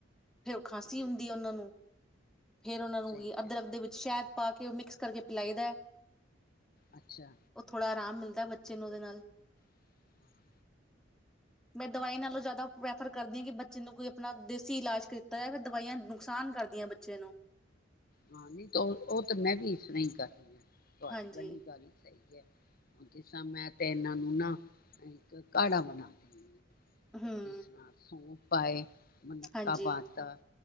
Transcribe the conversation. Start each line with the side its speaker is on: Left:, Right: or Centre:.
Centre: ਫਿਰ ਖਾਂਸੀ
Left: ਹੂੰ,
Centre: ਹੁੰਦੀ ਹੈ ਉਹਨਾਂ ਨੂੰ ਫੇਰ ਉਹਨਾ ਨੂੰ
Left: ਸਹੀ ਕਿਹਾ।
Centre: ਅਦਰਕ ਦੇ ਵਿੱਚ ਸ਼ਹਿਦ ਪਾ ਕੇ ਉਹ ਮਿਕਸ ਕਰਕੇ ਪਿਲਾਈ ਦਾ
Left: ਅੱਛਾ,
Centre: ਉਹ ਥੋੜਾ ਆਰਾਮ ਮਿਲਦਾ ਬੱਚੇ ਨੂੰ ਉਹਦੇ ਨਾਲ
Left: <inaudible>
Centre: ਮੈਂ ਦਵਾਈ ਨਾਲੋਂ ਜ਼ਿਆਦਾ ਪ੍ਰੈਫਰ ਕਰਦੀ ਹਾਂ ਕਿ ਬੱਚੇ ਨੂੰ ਕੋਈ ਆਪਣਾ ਦੇਸੀ ਇਲਾਜ ਕੀਤਾ ਜਾਏ ਫਿਰ ਦਵਾਈਆਂ ਨੁਕਸਾਨ ਕਰਦੀਆਂ ਬੱਚੇ ਨੂੰ
Left: ਹਾਂ ਨਹੀਂ ਉਹ ਉਹ ਤਾਂ ਮੈਂ ਵੀ ਇਸ ਤਰ੍ਹਾਂ ਹੀ ਕਰਦੀ ਆ ਤੁਹਾਡੀ
Centre: ਹਾਂਜੀ
Left: ਵਾਲੀ ਗੱਲ ਸਹੀ ਹੈ ਜੇ ਸ ਮੈਂ ਤੇ ਇਹਨਾਂ ਨੂੰ ਨਾ ਇੱਕ ਘਾੜਾ ਬਣਾ ਦੇਣੀ ਆ
Centre: ਹੂੰ
Left: ਜੀ ਸੁਣਾ ਸੋ। ਪਾਏ। ਮਨੱਕਾ
Centre: ਹਾਂਜੀ
Left: ਪਾਤਾ